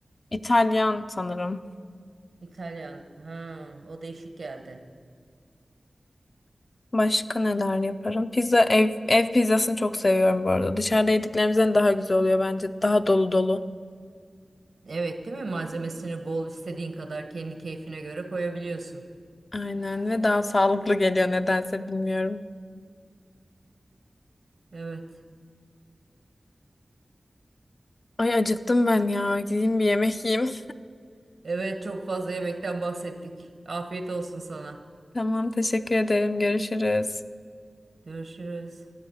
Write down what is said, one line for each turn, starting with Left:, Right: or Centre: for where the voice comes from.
Left: İtalyan sanırım.
Right: İtalyan. Ha, o değişik geldi.
Left: Başka neler yaparım? Pizza ev ev pizzasını çok seviyorum bu arada. Dışarıda yediklerimizden daha güzel oluyor bence. Daha dolu dolu.
Right: Evet, değil mi? Malzemesini bol istediğin kadar kendi keyfine göre koyabiliyorsun.
Left: Aynen ve daha sağlıklı geliyor nedense bilmiyorum.
Right: Evet.
Left: Ay acıktım ben ya. Gideyim bir yemek yiyeyim.
Right: Evet, çok fazla yemekten bahsettik. Afiyet olsun sana.
Left: <laughs> Tamam teşekkür ederim. Görüşürüz.
Right: Görüşürüz.